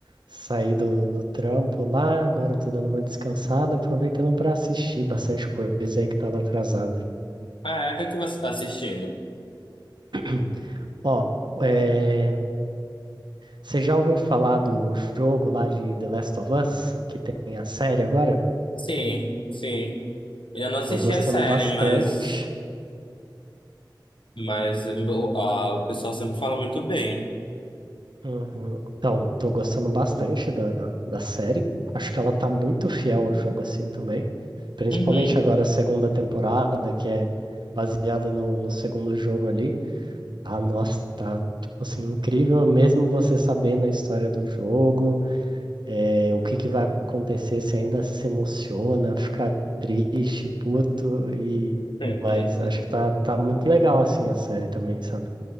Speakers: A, on the right; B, on the left.
A: saí do, do trampo lá, agora eu tô dando uma descansada, aproveitando para assistir bastante coisa aí que tava atrasada.
B: Ah, é, o que que você tá assistindo?
A: <clears throat> Ó, é, você já ouviu falar do jogo lá de The Last of Us, que tem a série agora?
B: Sim, sim. Eu não assisti
A: Tô gostando
B: a série,
A: bastante.
B: mas, mas o, a- o pessoal sempre fala muito bem.
A: Uhum. Então, tô gostando bastante da, da série. Acho que ela tá muito fiel ao jogo assim também. Principalmente
B: Uhum.
A: agora a segunda temporada, que é baseada no, no segundo jogo ali. Ah, nossa, tá tipo assim, incrível mesmo você sabendo a história do jogo, eh, o que que vai acontecer, se ainda se emociona, fica triste, puto, e
B: <laughs>
A: mas acho que tá, tá muito legal assim a série também, sabe?